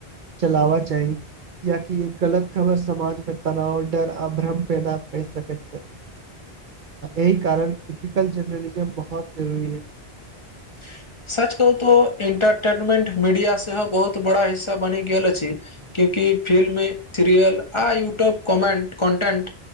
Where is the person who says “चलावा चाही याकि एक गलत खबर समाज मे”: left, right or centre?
Right